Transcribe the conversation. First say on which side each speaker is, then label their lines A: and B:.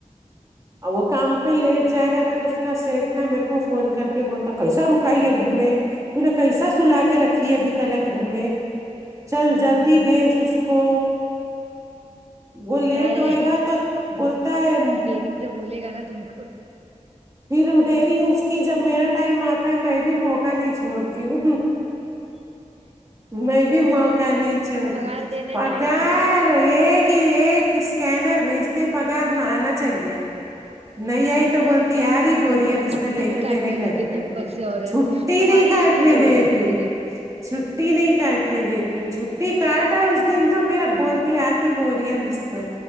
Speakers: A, on the right; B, on the right.
A: اور وہ کام پہ لیٹ جائے گا تو اس کا سیٹ نا میرے کو فون کر کے بولتا کیسا رکائیے گھر میں تو نے کیسا سولا کے رکھی ہے ابھی تلک گھر میں چل جلدی بھیج اس کو وہ لیٹ
B: ارے
A: ہوئے گا تو بولتا ہے
B: رینگ سے بولے گا نا تم کو
A: پھر ڈیری اس کی جب میرا ٹائم آتا ہے میں بھی موقع نہیں چھوڑتی ہو
B: ہ
A: میں بھی موقع نہیں چھوڑتی
B: تو پگار دے دے
A: پگار
B: ٹائم پہ
A: ایک کہ ایک اسکینر بھیجتے پگار نہ آنا چاہیے نہیں آئی تو بولتے تیاری بورئیے
B: اور
A: بستر
B: چھٹی
A: لے
B: بھی
A: کے
B: کاٹنے
A: تیرے گھر
B: نہیں دیتی
A: پہ
B: اوپر سے عورت
A: چھٹی
B: تمہاری
A: نہیں کاٹنے
B: کتنی زبردستی
A: دیتی
B: ہو
A: ہے
B: دیکھو
A: چھٹی نہیں کاٹنے دیتی ہے چھٹی کاٹا ہے اس دن تو پھر اب بولتیہے آج تی بوریا بستر